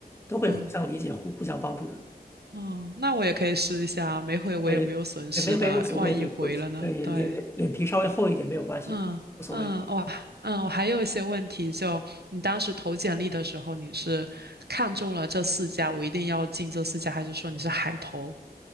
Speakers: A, on the left; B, on the right.
A: 都会互相理解、
B: 啊
A: 互互相帮助的。
B: 哦，那我也可以试一下，没回我也没有损失的，
A: 对，对，没回无所谓，
B: 万一回了呢？
A: 对不？对，
B: 对，
A: 脸脸脸皮稍微厚一点没有关系的，
B: 嗯嗯，
A: 无所谓的
B: 哇，嗯，我还有一些问题就，你当时投简历的时候，你是看中了这四家，我一定要进这四家，还是说你是海投？